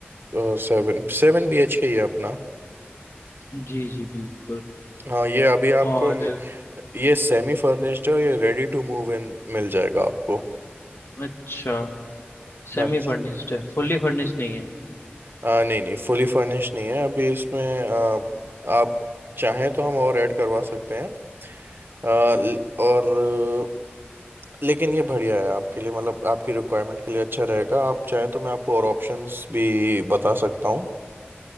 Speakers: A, on the right; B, on the left.
A: और seven seven B H K ही है अपना
B: जी जी बिल्कुल
A: हाँ ये अभी आपको
B: और
A: म- ये सेमी फर्निश्ड है और ये रेडी टू मूव इन मिल जाएगा आपको
B: अच्छा सेमी
A: हाँ जी
B: फर्निश्ड है फुल्ली फर्निश्ड नहीं है
A: आ, नहीं नहीं फुली फर्निश नहीं है अभी इसमें आ, आप चाहें तो हम और ऐड करवा सकते हैं आ, ल- और लेकिन ये बढ़िया है आपके लिए मतलब आपकी रिक्वायरमेंट के लिए अच्छा रहेगा आप चाहें तो मैं आपको और ऑप्शंस भी बता सकता हूँ